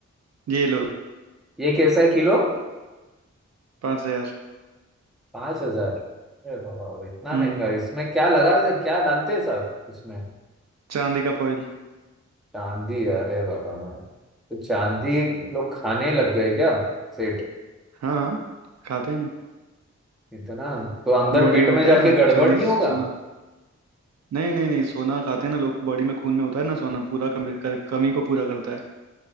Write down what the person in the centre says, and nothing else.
ये कैसा है किलो
पाँच हजार अरे बाबा इतना
महंगा इसमें क्या लगा क्या डालते हैं साहब इसमें
चांदी अरे बाबा ना तो चांदी लोग खाने लग गए क्या सेठ
इतना तो अंदर
पेट
में जाके
गड़बड़
नहीं
होगा